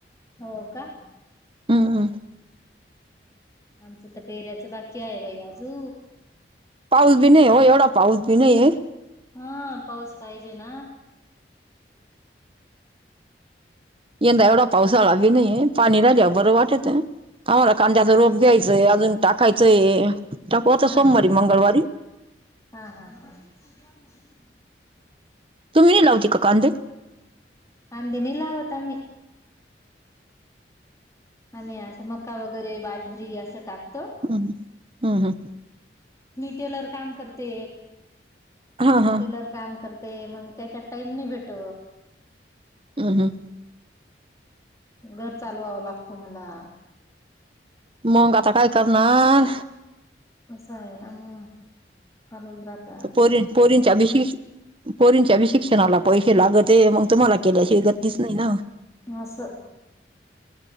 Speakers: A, on the left (about 15°); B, on the right (about 30°).
A: हो का.
B: हम हम.
A: आमचं तर पेहऱ्याचं बाकी आहे बाई आजू.
B: पाऊस बी नाही हो एवढा पाऊस बी नाही आहे.
A: हा पाऊस पाहिजे ना.
B: यंदा एवढा पावसाळा बी नाहीे पाणी राहिल्या बरं वाटत आम्हाला कांद्याचा
A: हा
B: रोप ब्यायच''--'' जय अजून टाकायचंय टाकू
A: हा
B: सोमवारी
A: हा
B: मंगळवारी.
A: हा हा हा. मा <unintelligible>
B: तुमही लावते का कांदे.
A: कांदे नाही लावतात. आणि असं मक्का वगैरे बाजरी असं टाकतो.
B: हम्म हम हम.
A: मी टेलर काम करते
B: हा हा
A: टेलर काम करते. ते मग त्याच्या टाईम नाय भेटत.
B: ह ह.
A: घर चालवावं लागतं मला.
B: मंग आता काय करणार.
A: असा आहे ना मग चालूच रात.
B: पोरी पोरीनच्या बिशिश. पोरींच्या भी शिक्षणाला पैसे लागत आहे मग तुम्हाला केल्याची गतीच नाही ना.
A: असं